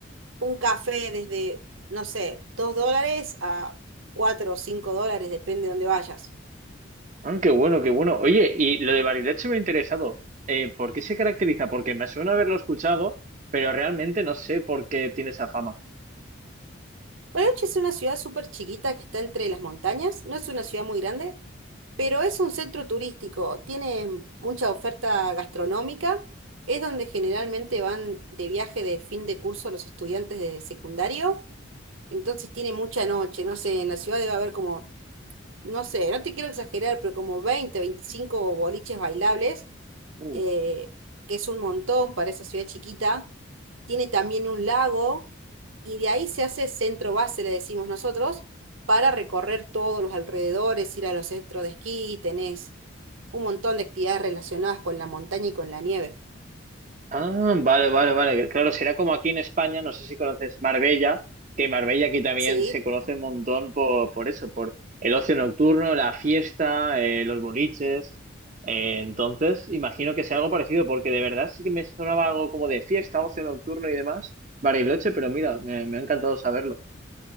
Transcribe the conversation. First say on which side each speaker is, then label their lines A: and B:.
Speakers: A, on the right; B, on the right.
A: un café desde, no sé, 2 dólares a 4 o 5 dólares, depende de dónde vayas.
B: Ah, qué bueno, qué bueno. Oye, y lo de Bariloche me ha interesado. Eh, ¿por qué se caracteriza? Porque me suena haberlo escuchado, pero realmente no sé por qué tiene esa fama.
A: Bariloche es una ciudad súper chiquita que está entre las montañas, no es una ciudad muy grande, pero es un centro turístico, tiene mucha oferta gastronómica, es donde generalmente van de viaje de fin de curso los estudiantes de secundario, entonces tiene mucha noche, no sé, en la ciudad debe haber como no sé, no te quiero exagerar, pero como 20, 25 boliches bailables,
B: Uh,
A: eh, que es un montón para esa ciudad chiquita. Tiene también un lago y de ahí se hace centro base, le decimos nosotros, para recorrer todos los alrededores, ir a los centros de esquí, tenés un montón de actividades relacionadas con la montaña y con la nieve.
B: Ah, vale, vale, vale. Claro, será como aquí en España, no sé si conoces Marbella, que Marbella aquí también
A: Sí.
B: se conoce un montón por, por eso, por el ocio nocturno, la fiesta, eh, los boliches. Eh, entonces, imagino que sea algo parecido, porque de verdad sí que me sonaba algo como de fiesta, ocio nocturno y demás, Bariloche, pero mira, me, me ha encantado saberlo.